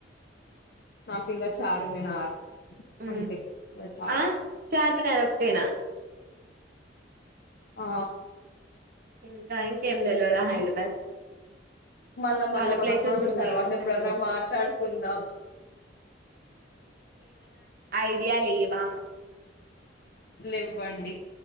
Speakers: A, on the left (about 55°); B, on the right (about 55°).
A: నాకు ఇంకా చార్మినార్
B: ఉ
A: అంతే. ఇంగ చాలు.
B: ఆ చార్మినార్ ఒకటేనా
A: ఆ
B: ఇంకా ఎమ్ ఇంకా ఎమ్ తెలవదా హైదరాబాద్
A: హ్మ్. మళ్ళా
B: చాలా
A: మళ్ళా మనం
B: ప్లేసెస్
A: మనం
B: ఉన్నాయిగా
A: తర్వాత ఎప్పుడన్నా
B: హైదరాబాద్
A: మాట్లాడుకుందాం.
B: ఐడియా లేవా
A: లేవ్వండి